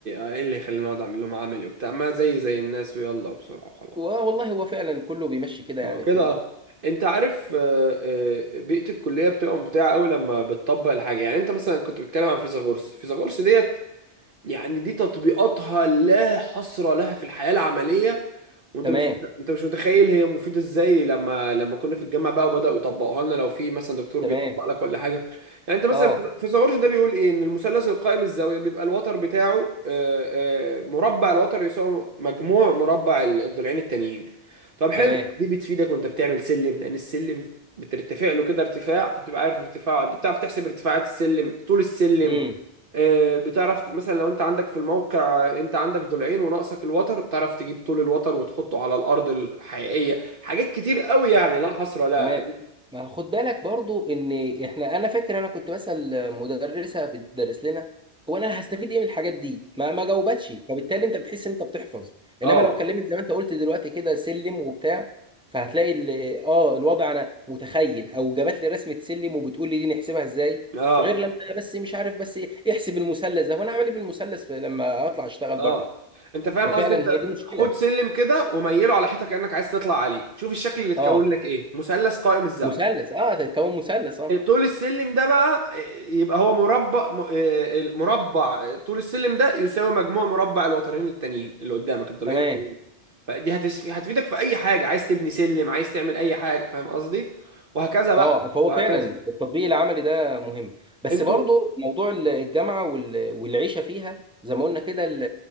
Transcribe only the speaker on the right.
ايه اللي يخليني اقعد اعمل لهم عملي وبتاع ما زي زي الناس ويلا وبسرعه وخلاص
ما
هو كده
اه انت عارف آه، آه، بيئة الكلية بتبقى ممتعة قوي لما بتطبق الحاجة يعني انت مثلا كنت بتتكلم عن فيثاغورس فيثاغورس ديت يعني دي تطبيقاتها لا حصر لها في الحياة العملية وانت
مش انت مش متخيل هي مفيدة ازاي لما لما كنا في الجامعة بقى وبدأوا يطبقوها لنا لو في مثلا دكتور
بيطبق لك ولا حاجة يعني انت مثلا
في فيثاغورس ده بيقول ايه ان المثلث القائم الزاوية بيبقى الوتر بتاعه آه، آه، مربع الوتر يساوي مجموع مربع الضلعين التانيين طب حلو
دي بتفيدك وانت بتعمل سلم لان السلم بترتفع له كده ارتفاع فبتبقى عارف ارتفاعه قد ايه بتعرف تحسب ارتفاعات السلم طول السلم
آه، بتعرف ت- مثلا لو انت عندك في الموقع آه، انت عندك ضلعين وناقصك الوتر بتعرف تجيب طول الوتر وتحطه على الارض الحقيقيه حاجات كتير قوي يعني لا حصر لا
اه
اه
اه
انت فاهم
قصدي انت
خد سلم كده وميله على حيطه كانك عايز تطلع عليه شوف الشكل اللي اتكون
لك ايه مثلث قائم الزاويه
طول السلم ده بقى آه، يبقى هو مربع م- آه، المربع طول السلم ده يساوي مجموع مربع الوترين التانيين اللي قدامك الضلعين
التانيين فدي هتس... هتفيدك في اي حاجه عايز تبني سلم عايز تعمل اي حاجه فاهم قصدي وهكذا بقى
وهكذا
انتوا